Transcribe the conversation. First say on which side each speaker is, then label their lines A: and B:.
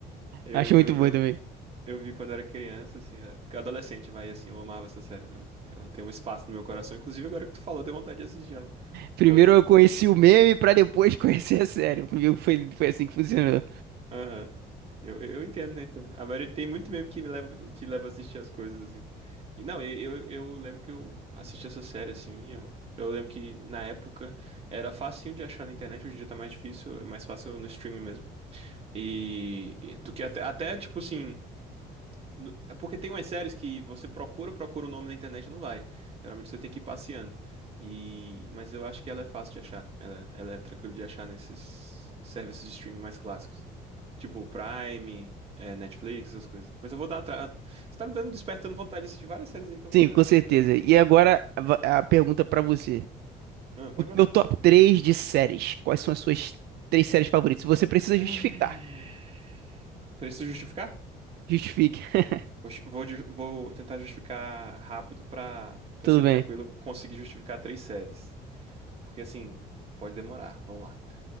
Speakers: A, on the right (about 35°); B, on the right (about 75°).
A: Eu,
B: acho
A: eu,
B: muito boa
A: eu,
B: também.
A: eu vi quando era criança, assim, eh, adolescente, vai, assim, eu amava essa série, sabe? Ela tem um espaço no meu coração. Inclusive, agora que tu falou, deu vontade de assistir ela.
B: Primeiro
A: Ela tem.
B: eu conheci o meme pra depois <laughs> conhecer a série. Comigo foi, foi assim que funcionou.
A: Aham. Eu, eu, eu entendo, né? Entendo. A maioria tem muito meme que me leva, te leva a assistir as coisas, assim. E não, eu, eu, eu lembro que eu assisti essa série, assim. Eu, eu lembro que na época era facinho de achar na internet, hoje em dia tá mais difícil, é mais fácil no streaming mesmo. E e do que até, até tipo assim. no- é Porque tem umas séries que você procura, procura o nome na internet e não vai. Geralmente você tem que ir passeando. E... Mas eu acho que ela é fácil de achar. Ela, ela é tranquila de achar nesses serviços de streaming mais clássicos. Tipo Prime, é, Netflix, essas coisas. Mas eu vou dar atrás. Você tá me dando, despertando vontade de assistir várias séries aí que eu nunca,
B: Sim, com certeza.
A: nunca.
B: E agora a, va- a pergunta pra você.
A: Ah, pode
B: O teu
A: mandar.
B: top 3 de séries. Quais são as suas três séries favoritas? Você precisa
A: Hum.
B: justificar.
A: Preciso justificar?
B: Justifique. <laughs>
A: Vou, ju- vou ju- vou tentar justificar rápido pra para
B: Tudo
A: ser
B: bem.
A: tranquilo conseguir justificar três séries. Porque assim, pode demorar. Vamos lá.